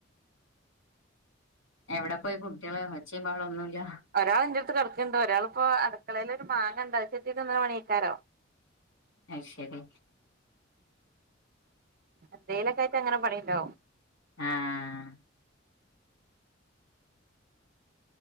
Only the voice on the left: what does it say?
എവിടെ പോയി കുട്ടികള് ഒച്ചയും ബഹളമൊന്നുമില്ല
അത് ശരി
ആഹ്